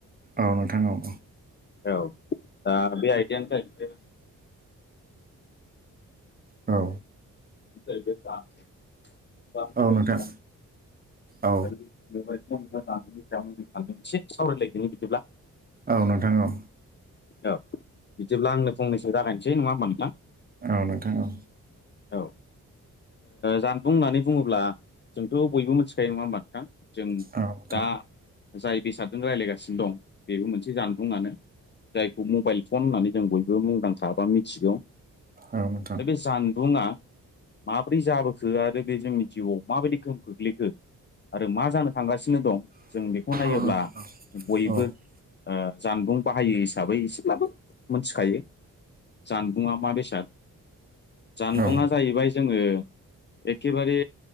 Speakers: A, on the right; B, on the left.
A: औ नोंथां औ-औ
B: औ दा बे आयदायानो जाहैबाय
A: औ
B: <unintelligible>
A: औ नोंथां
B: <unintelligible>
A: औ
B: एसे सावरायलायदोनि बिदिब्ला
A: औ नोंथां औ
B: औ बिदिब्ला आंनो फंनैसो जागायनोसै नङा होमब नोंथां
A: औ नोंथां औ
B: औ जानबुं ओ होननानै बुङोब्ला जोंथ' बयबो मोनथिग खायो नङा नोंथां जों
A: नोंथां औ औ
B: दा जाय बेसादजों रायलायगासिनो दं बेबो मोनसे जानबुंआनो जायखौ मबाइल फन होननानै जों बयबो मुंदांखाबा मिथिगौ
A: औ नोंथां
B: दा बे जानबुंआ माबोरै जाबोखो आरो बे जोंनि जिउआव माबायदि गोहोम खोख्लैखो आरो मा जानो थांगासिनो दं जों बेखौ नायोब्ला
A: औ नोंथां औ नोंथां औ नोंथां औ नोंथां औ नोंथां औ नोंथां औ नोंथां औ नोंथां
B: बयबो
A: औ नोंथां औ औ औ
B: जानबुं बाहायो हिसाबै एसेब्लाबो मोनथिखायो जानबुङा मा बेसाद जानबुङा
A: नोंथां
B: जाहैबाय जोङो एखेबारे